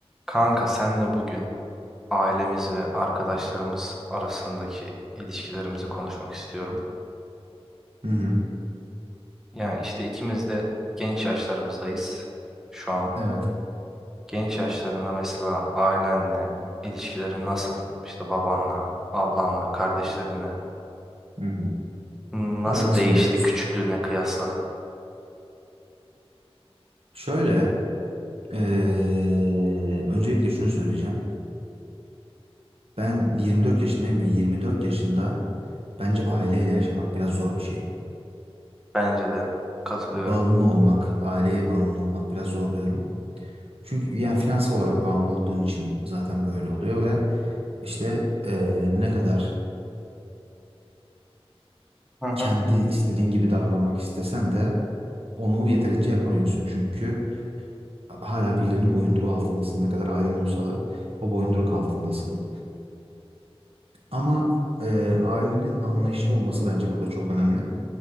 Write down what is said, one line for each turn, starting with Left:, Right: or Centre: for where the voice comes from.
Centre: Kanka senle bugün ailemiz ve arkadaşlarımız arasındaki ilişkilerimizi konuşmak istiyorum.
Right: Hı hı.
Centre: Yani işte ikimiz de genç yaşlarımızdayız şu an.
Right: Evet.
Centre: Genç yaşlarında mesela ailenle ilişkilerin nasıl? İşte babanla, ablanla, kardeşlerinle
Right: Hı hı.
Centre: nasıl
Right: Abi nasıl
Centre: değişti
Right: biliyor musun?
Centre: küçüklüğüne kıyasla?
Right: Şöyle, eee, öncelikle şunu söyleyeceğim. Ben 24 yaşındayım ve 24 yaşında bence aileyle yaşamak biraz zor bir şey.
Centre: Bence de katılıyorum.
Right: Bağımlı olmak, aileye bağımlı olmak biraz zor bir durum. Çünkü yani finansal olarak bağımlı olduğun için zaten böyle oluyor ve işte eee, ne kadar
Centre: Hı hı.
Right: kendi istediğin gibi davranmak istesen de onu yeterince yapamıyorsun. Çünkü hala birilerinin boyunduruğu altındasın. Ne kadar ailen olsa da o boyunduruk altındasın. Ama e, ailenin anlayışlı olması bence burada çok önemli.